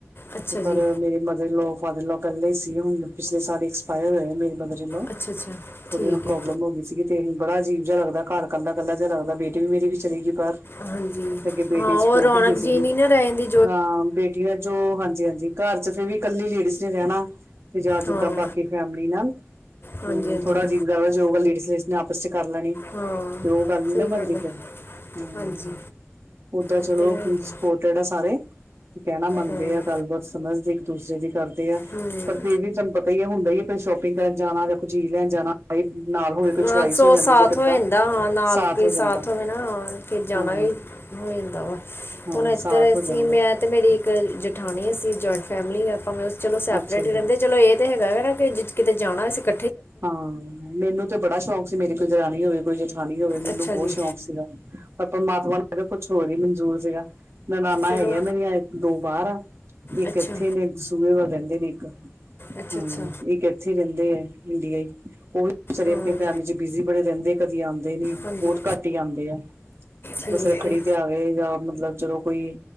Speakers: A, on the left; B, on the right.
A: ਅੱਛਾ
B: ਤੇ
A: ਜੀ
B: ਪਰ ਮੇਰੇ ਮਦਰ ਇਨਲੋ ਬਾਦਲਾਂ ਪੈਦਾ ਹੁੰਦੇ ਪਿਛਲੇ ਸਾਲ ਆਏ ਹੋਏ ਮੇਰੀ ਮਦਰ ਇਨਲੋ
A: ਅੱਛਾ ਅੱਛਾ
B: ਥੋੜੀ
A: ਠੀਕ
B: ਓਨਾ ਨੂੰ
A: ਹੈ
B: ਪ੍ਰੋਬਲਮ ਹੋ ਗਈ ਸੀਗੀ। ਦਿਲ ਨੂੰ ਬੜਾ ਅਜੀਬ ਜਿਹਾ ਲੱਗਦਾ, ਘਰੱਲਾੱਲਾਿਹਾ ਲੱਗਦਾ ਬੇਟੀ ਵੀ ਮੇਰੀ ਵੀ ਚਲੇ ਗਈ ਬਾਹਰ।
A: ਹਾਂਜੀ।
B: ਅੱਗੇ ਬੇਟੀ
A: ਉਹ
B: ਸਪੋਰਟ
A: ਰੌਣਕ
B: ਹੁੰਦੀ ਸੀਗੀ
A: ਜੀ ਨੀ ਨਾ ਰਹਿਣ ਦੀ
B: ਹਾਂ ਬੇਟੀਆ ਜੋ ਹਾਂਜੀ, ਹਾਂਜੀ ਘਰ ਚ ਫਿਰ ਵੀ ਇਕੱਲੀ ਲੇਡੀਜ਼ ਨੇ ਰਹਿਣਾ ਤੇ ਜਾਂ ਜਿੱਦਾਂ
A: ਹਾਂ
B: ਬਾਕੀ ਫੈਮਲੀ ਨਾਲ
A: ਹਾਂਜੀ
B: ਹਮ
A: ਹਾਂਜੀ
B: ਥੋੜਾ ਅਜਿਬ ਜਯਾ ਵੇ, ਜੋ ਗਾਲ ਲੇਡੀ- ਲੇਡੀਜ਼ ਨੇ ਆਪਸ ਚ ਕਰ ਲੈਣੀ।
A: ਹਾਂ
B: ਤੇ ਉਹ ਗੱਲ ਨੀ
A: ਸਹੀ
B: ਨਾ ਬਣਦੀ,
A: ਹੈ
B: ਫਿਰ ਹੂੰ,
A: ਹਾਂਜੀ
B: ਓਦਾਂ
A: ਇੱਦਾਂ
B: ਚਲੋ
A: ਹੀ ਹੋ ਜਾਂਦਾ
B: ਕੁਝ ਓਦਾ ਤਾ ਸਾਰੇ ਕਹਿਣਾ ਮੰਨਦੇ
A: ਹਾਂ
B: ਆ। ਗੱਲਬਾਤ ਸਮਝਦੇ, ਇੱਕ ਦੂਸਰੇ ਦੀ ਕਰਦੇ
A: ਹੂੰ
B: ਪਰ ਫੇਰ ਵੀ ਤੁਹਾਨੂੰ ਪਤਾ ਹੀ ਹੈ, ਹੁੰਦਾ ਹੀ ਕੋਈ ਸ਼ੋਪਿੰਗ ਕਰਨ ਜਾਣਾ ਜਾਂ ਕੁਈ ਚੀਜ਼ ਲੈਣ ਜਾਣਾ। ਨਾਲ ਹੋਵੇ ਕੋਈ
A: ਹਾਂ
B: ਚੁਆਇਸ
A: ਸੌ
B: ਹੋ ਜਾਂਦੀ
A: ਸਾਥ
B: ਜਾਂ ਕਿੱਦਾਂ
A: ਹੋ ਜਾਂਦਾ ਹਾਂ। ਨਾਲ ਕੋਈ
B: ਹੋ ਜਾਂਦਾ
A: ਸਾਥ ਹੋਵੇ ਨਾ ਫਿਰ ਜਾਣਾ
B: ਹਾਂ
A: ਏ ਹੋਦਾ ਵਾ,
B: ਹਾਂ
A: ਹੁਣ ਇੱਧਰ
B: ਸਾਥ
A: ਅਸੀ
B: ਹੋ ਜਾਂਦਾ
A: ਮੈਂ ਤੇ ਮੇਰੀ ਇੱਕ ਜਠਾਣੀ ਸੀ। ਅਸੀਂ ਜੁਆਇੰਟ ਫੈਮਿਲੀ ਆਪਾਂ ਫੇਰ ਚਲੋ, ਸੈਪਰੇਟ
B: ਅੱਛਾ ਜੀ
A: ਹੀ ਰਹਿੰਦੇ ਚਲੋ ਇਹ ਤੇ ਤੇ ਹੈਗਾ ਹੈ ਨਾ। ਕਿ ਕਿਤੇ ਜਾਣਾ ਅਸੀ ਇੱਕ
B: ਹਾਂ। ਮੈਨੂੰ ਤੇ ਬੜਾ ਸ਼ੌਕ ਸੀ, ਮੇਰੀ ਕੋਈ ਦਰਾਣੀ ਹੋਵੇ ਕੋਈ ਜੇ ਨੀ ਹੋਵੇ ਮੈਨੂੰ
A: ਅੱਛਾ
B: ਬਹੁਤ
A: ਜੀ
B: ਸ਼ੌਂਕ ਸੀਗਾ, ਪਰ ਪਰਮਾਤਮਾ ਕੁਛ ਹੋਰ ਹੀ ਮਨਜ਼ੂਰ ਸੀਗਾ। ਨੰਨਾੜਾ
A: ਚਲੋ
B: ਹੈਗੀਆਂ, ਮੇਰੀਆਂ ਇੱਕ -ਦੋ ਬਾਹਰ ਆ। ਇੱਕ
A: ਅੱਛਾ
B: ਇੱਥੇ ਨੇ ਦਸੂਏ ਵੱਲ ਰਹਿੰਦੇ ਨੇ ਇੱਕ
A: ਅੱਛਾ
B: ਹੂੰ,
A: ਅੱਛਾ
B: ਇਕ ਇੱਥੇ ਰਹਿੰਦੇ ਆ, ਨਿਊਜੀਲੈਡ ਉਹ ਵੀ ਵਚਾਰੇ
A: ਹਾਂ
B: ਆਪਣੀ ਫੈਮਲੀ ਚ ਬਿਜ਼ੀ ਬੜੇ ਰਹਿੰਦੇ ਐ। ਕਦੀ ਆਉਂਦੇ ਨੀ,
A: ਹਾਂਜੀ
B: ਬਹੁਤ ਘੱਟ ਹੀ ਆਉਂਦੇ ਐ।
A: ਠੀਕ
B: ਬਸ ਰੱਖੜੀ
A: ਹੈ
B: ਤੇ ਆ ਗਏ ਜਾਂ ਮਤਲਬ ਚਲੋ ਕੋਈ